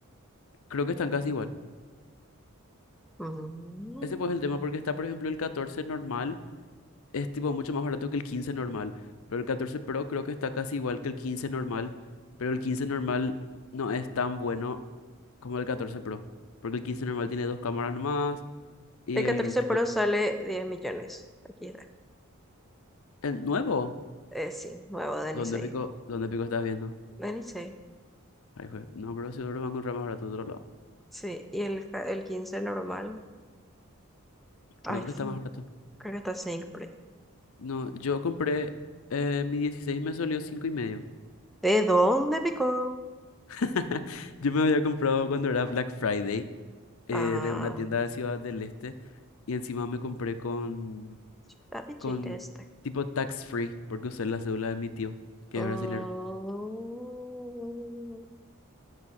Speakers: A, on the left; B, in the centre.
A: creo que están casi igual.
B: Ujú.
A: Ese pues es el tema porque está, por ejemplo, el 14 normal, es tipo mucho más barato que el 15 normal, pero el 14 Pro creo que está casi igual que el 15 normal, pero el 15 normal no es tan bueno como el 14 Pro, porque el 15 normal tiene dos cámaras nomás. Y
B: El
A: el
B: 14 Pro sale 10 millones. Aquí está.
A: El nuevo,
B: Eh, sí, nuevo de
A: ¿dónde
B: Nisei.
A: pico, dónde pico estás viendo?
B: De Nisei.
A: Ay, jue- No, pero seguro va a encontrar más barato de otro lado.
B: Sí, y el, ca- el 15 normal,
A: Creo
B: iPhone.
A: que está más barato.
B: Creo que está cinco por ahí.
A: No, yo compré eh, mi 16 me salió cinco y medio.
B: ¿De dónde picó?
A: <laughs> Yo me había comprado cuando era Black Friday eh,
B: Ah,
A: de una tienda de Ciudad del Este y encima me compré con,
B: está de
A: con
B: Chile este.
A: tipo tax free porque usé la cédula de mi tío, que
B: Mm,
A: es brasilero.